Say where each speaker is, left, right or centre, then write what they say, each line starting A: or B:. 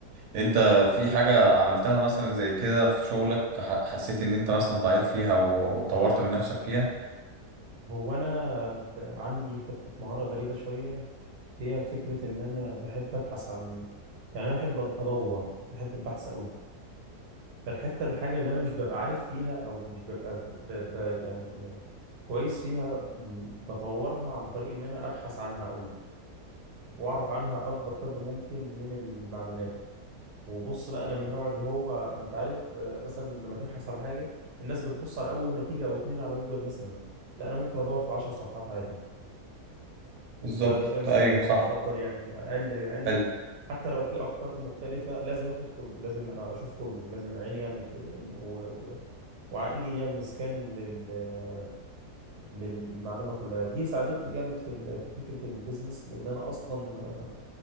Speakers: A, on the right; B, on the right.
A: انت في حاجة عملتها مثلا زي كده في شغلك ح- حسيت ان انت مثلا ضعيف فيها و- وطورت من نفسك فيها
B: هو انا ب... عندي حتة مهارة غريبة شوية هي فكرة ان انا بحب ابحث عن يعني انا بحب ادور بحب البحث قوي فالحتة الحاجة اللي أنا مش ببقى عارف فيها أو مش ببقى ب... ب... يعني كويس فيها م- بطورها عن طريق إن أنا أبحث عنها أوي وأعرف عنها أكبر قدر ممكن من المعلومات وبص بقى أنا من النوع اللي هو أنت عارف آه، مثلا لما تبحث على حاجة الناس بتبص على أول نتيجة أو اتنين على جوجل مثلا لا أنا ممكن أدور في 10 صفحات عادي
A: بالظبط
B: ما عنديش أي مشكلة
A: ايوه
B: في الموضوع
A: صح
B: ده أفضل يعني أقلب أقلب
A: حلو
B: حتى لو في أفكار مختلفة لازم آخد كله لازم أشوف كله لازم عيني يعني ت... و... وعقلي يا مسكان لل... للمعلومه كلها دي ساعدتني جامد في ال- في فكره البيزنس لان انا اصلا